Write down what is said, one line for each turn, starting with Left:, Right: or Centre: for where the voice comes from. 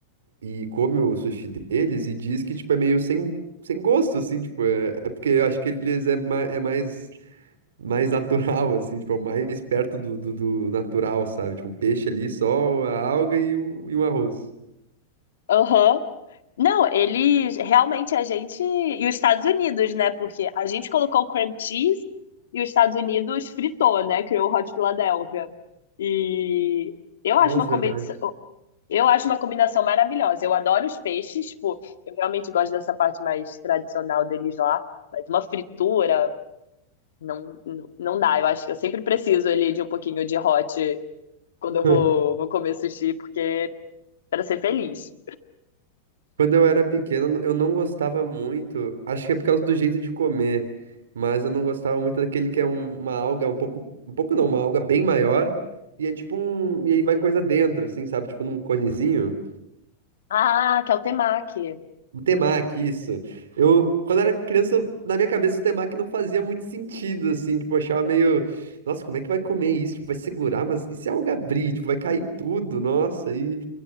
Right: e come o sushi deles e diz que, tipo, é meio sem, sem gosto, assim, tipo, é, é porque eu acho que eles é, ma- é mais, mais natural, <laughs> assim, tipo, é o mais perto do, do, do natural, sabe? Tipo, um peixe ali, só a alga e, o, e um arroz.
Left: Aham. Não, eles realmente a gente. E os Estados Unidos, né? Porque a gente colocou o cream cheese e os Estados Unidos fritou, né? Criou o Hot Philadelphia. E eu
Right: Nossa,
Left: acho uma competição.
Right: verdade.
Left: Eu acho uma combinação maravilhosa. Eu adoro os peixes, tipo, eu realmente gosto dessa parte mais tradicional deles lá. Mas uma fritura, não, não, não dá. Eu acho que eu sempre preciso ali de um pouquinho de hot. quando eu
Right: <laughs>
Left: vou, vou comer sushi, porque para ser feliz.
Right: Quando eu era pequeno, eu não gostava muito. Acho que é por causa do jeito de comer, mas eu não gostava muito daquele que é um- uma alga um pouco, um pouco não, uma alga bem maior e é tipo um, e aí vai coisa dentro, assim, sabe? Tipo num conezinho.
Left: Ah, que é o temaki.
Right: O temaki, isso. Eu, quando era criança, eu- na minha cabeça o temaki não fazia muito sentido, assim, tipo, eu achava meio, nossa, como é que vai comer isso? Tipo, vai segurar, mas e se a alga abrir? Tipo, vai cair tudo, nossa, e